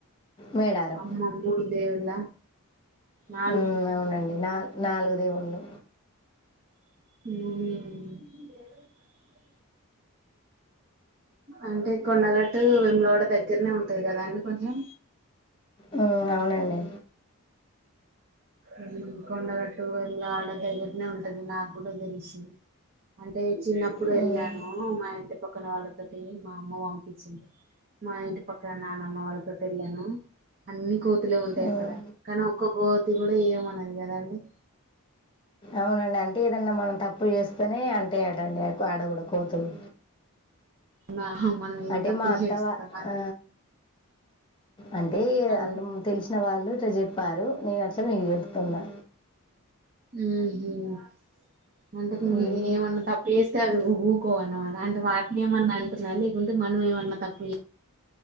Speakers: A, on the left; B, on the right.
A: మేడారం
B: అమ్మోమ్మో మూడు దేవుళ్ళ నాలుగు
A: హ్మ్ అవునండి నాల్ నాలుగు దేవుళ్ళు
B: హ్మ్ అంటే కొండగట్టు వేములవాడ దగ్గరనే ఉంటది కదా అండి కొంచెం
A: హ్మ్ అవునండి
B: హ్మ్మ్ కొండగట్టు వేములవాడ దగ్గరనే ఉంటది నాకు కూడా తెలిసు అంటే చిన్నప్పుడు
A: మ్మ్,
B: వెళ్ళాను మా ఇంటి పక్కన వాళ్ళ మా అమ్మ పంపించింది మా ఇంటి పక్కన నానమ్మ వాళ్ళతోటి ఎళ్ళాను అన్ని కోతులే ఉంటాయి
A: మ్మ్,
B: అక్కడ కానీ ఒక్క కోతి కూడా ఏమనదు కదాండి.
A: అవునండి అంటే ఏదన్నా మనం తప్పు చేస్తేనే అంటై అటండి ఆడ కూడ కోతులు
B: నా మనం ఏం
A: అంటే
B: తప్పు
A: మా అత్తవా
B: చేస్తాం అని
A: ఆ అంటే
B: అని
A: అంటే తెలిసిన వాళ్ళు ట్ల చెప్పారు నేనట్లనే నీకు చెప్తున్నా
B: హ్మ్ హ్మ్ అంటే
A: మ్మ్.
B: ఏమన్నా తప్పు చేస్తే అవి ఊకోవన్నమాట అంటే వాటిని ఏమన్నా అంటుందా లేకుంటే మనం ఏమన్నా తప్పు చే,